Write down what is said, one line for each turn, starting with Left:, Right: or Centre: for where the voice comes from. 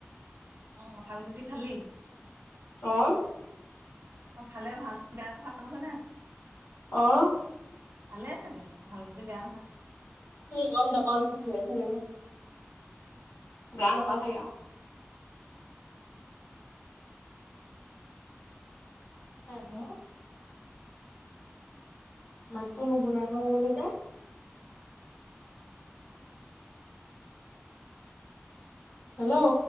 Right: অ', কঁঠাল গুটি খালি?
Left: অ'।
Right: অ', খালে ভাল, বেয়া কথা কৈছে নে
Left: অ'।
Right: ভালে চাগে, কঁঠাল গুটি বেয়া নহয়।
Left: গম নাপাও নহয় ভালে চাগে ন, বেয়া নহয় চাগে আও। হেল্ল'। মাতটো নোশুনা হৈ গলো যে। হেল্ল'।